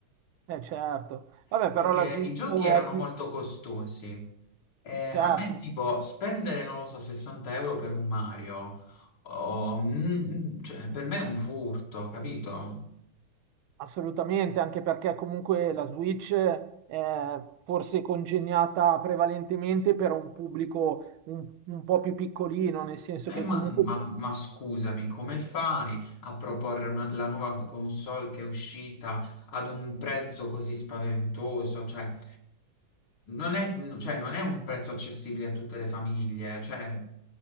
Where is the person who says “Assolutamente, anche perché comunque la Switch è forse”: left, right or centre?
Right